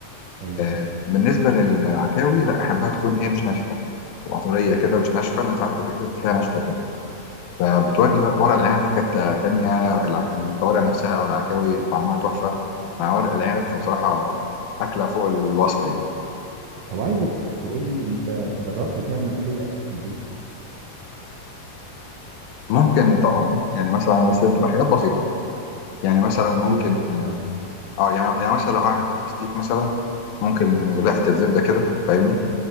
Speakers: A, on the right; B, on the left.
A: ايوه
B: آه، بالنسبه للعكاوي لا احبها تكون ايه مش ناشفه تبقى طريه كده مش ناشفه انا ساعات بيبقى في حتت فيها ناشفه كده فبتودي ورق العنب في حتة تانية الع- الكوارع نفسها أو العكاوي طعمها تحفة مع ورق العنب فبصراحة أكلة فوق الوصف يعني
A: طب عايزك تقول لي انت جربت تعمل اي اكل في البيت
B: ممكن طبعا يعني مثلا بس تبقى حاجات بسيطة يعني مثلا ممكن
A: زي ايه مثلا
B: اه يعني يعني مثلا لو هعمل حتة ستيك مثلا ممكن يجيب لها حتة زبدة كده فاهمني